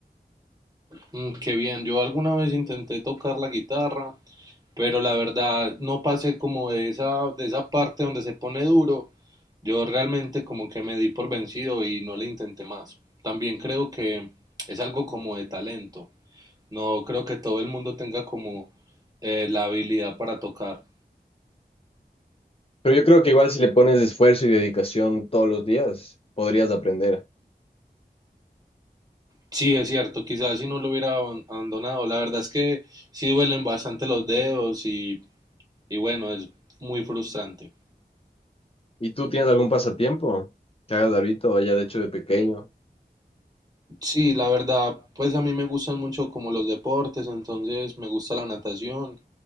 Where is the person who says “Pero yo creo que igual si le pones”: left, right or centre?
Left